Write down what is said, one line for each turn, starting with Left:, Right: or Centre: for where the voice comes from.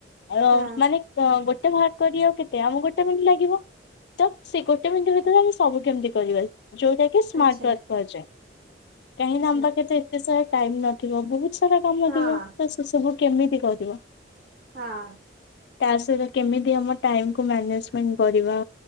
Left: ଅ
Right: ହଁ
Left: ମାନେ କ ଗୋଟେ ଭାର। କରିବାକୁ କେତେ ଆମକୁ ଗୋଟେ ମିନିଟ୍ ଲାଗିବ ତ ସେ ଗୋଟେ ମିନିଟ୍ ଭିତରେ ଆମେ ସବୁ କେମିତି କରିବା। ଯୋଉଟା କି ସ୍ମାର୍ଟ
Right: ଆଚ୍ଛା
Left: ୱାର୍କ କୁହାଯାଏ କାହିଁକି
Right: ଆଚ୍ଛା
Left: ନା ଆମ ପାଖରେ ତ ଏତେ ସାରା ଟାଇମ ନଥିବ ବହୁ ସରା କାମ
Right: ହଁ
Left: ଥିବ ତ ସେ ସବୁ କେମିତି କରିବା।
Right: ହଁ।
Left: ତା ସହିତ କେମିତି ଆମ ଟାଇମକୁୁ ମ୍ୟାନେଜମେଣ୍ଟ କରିବା